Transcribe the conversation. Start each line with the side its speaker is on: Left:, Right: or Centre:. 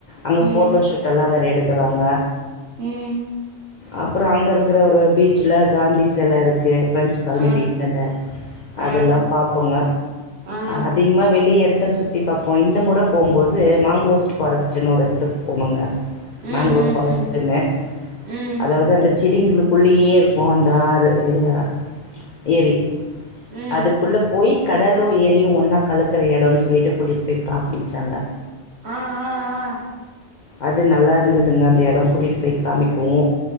Left: அங்க
Right: ம்
Left: ஃபோட்டோஷூட்டெல்லா வேற எடுக்குறாங்க
Right: ம்
Left: அப்றோ அங்கருக்குற ஒரு பீச் ச்ல காந்தி செல இருக்கு பிரெஞ்சு காலனி
Right: ஆ
Left: பீச்சாண்ட அதெல்லா
Right: ஆ
Left: பாப்போங்க
Right: ஆ
Left: அதிகமா வெளி எடத்த சுத் தி பாப்போ இந்த முற போம்போது மாங்ரோஸ்ட் ஃபாரஸ்ட்டுனு ஒரெடத்துக் போனோங்க
Right: ம்
Left: மேங்க்ரோவ்
Right: ம்
Left: ஃபாரஸ்ட்ன்னு
Right: ம் ம்
Left: அதாவுது அந்த செடிங்ளுக் ள்ளேயேருக்கு அந்த ஆறு ஆ ஏரி
Right: ம்
Left: அதுக்குள்ள போயி கடலு ஏரியு ஒன்னா கலக்குற எடோன் சொல்லிட்டு கூட்டிட் போய் காமிச்சாங்க
Right: ஆ ஆ ஆ
Left: அது நல்லாருந்துதுங்க அந்த எடோ கூட்டிட் போய் காமிக்கவு